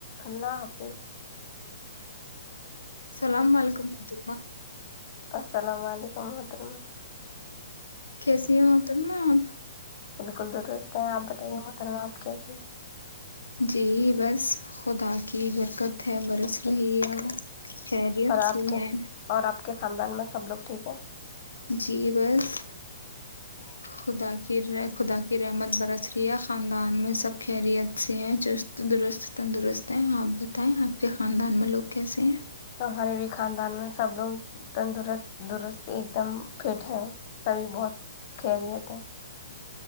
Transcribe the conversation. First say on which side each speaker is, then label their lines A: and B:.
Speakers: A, on the left; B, on the left.
A: اللہ حافظ
B: السلام
A: اللاملیک
B: علیکم محترمہ
A: السلام علیکم وح طرہ
B: کیسی ہو تر میں آپ
A: بالکل درست ہے آپ بتائیے وہ کرم آپ کیسیے
B: جی بس خدا کی برکت ہے برس رہی اور خیریت
A: اور آپ
B: سے
A: کے
B: ہے
A: اور آپ کے خاندان میں سب لگ ٹھیک ہے
B: جی بس
A: ج
B: خدا کی خدا کی رحمت برس رہی ہے خاندان میں سب خیریت سے ہے چست درست تندرست ہے آپ بتائیں آپ کے خاندان میں لوگ کیسے ہیں
A: ہمارے بھی خاندان میں سب لوگ تندرست درست ایک دم فٹ ہے سبھی بہت کیری تھا ہے